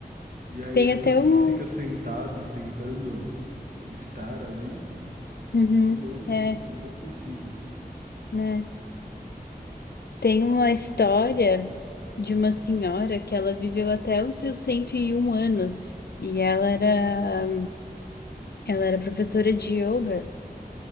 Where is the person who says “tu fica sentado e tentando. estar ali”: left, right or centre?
Right